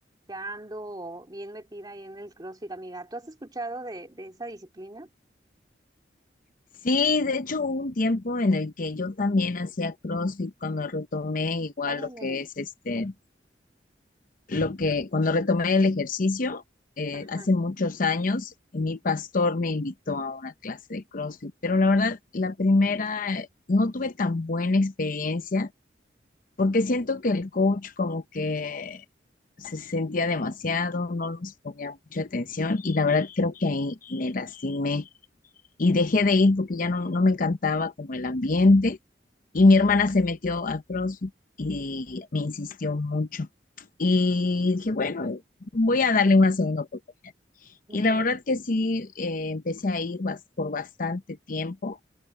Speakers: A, on the right; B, on the left.
A: ya ando bien metida ahí en el CrossFit, amiga. ¿Tú has escuchado de, de esa disciplina?
B: Sí, de hecho hubo un tiempo en el que yo también hacía CrossFit cuando retomé igual
A: Órale.
B: lo que es este, lo que cuando retomé el ejercicio eh,
A: Ajá.
B: hace muchos años, mi pastor me invitó a una clase de CrossFit, pero la verdad, la primera eh, no tuve tan buena experiencia porque siento que el coach como que se sentía demasiado, no nos ponía mucha atención y la verdad creo que ahí me lastimé y dejé de ir porque ya no, no me encantaba como el ambiente y mi hermana se metió a CrossFit y me insistió mucho y dije, bueno, voy a darle una segunda oportunidad.
A: ujú,
B: Y la verdad que sí, eh, empecé a ir bas- por bastante tiempo,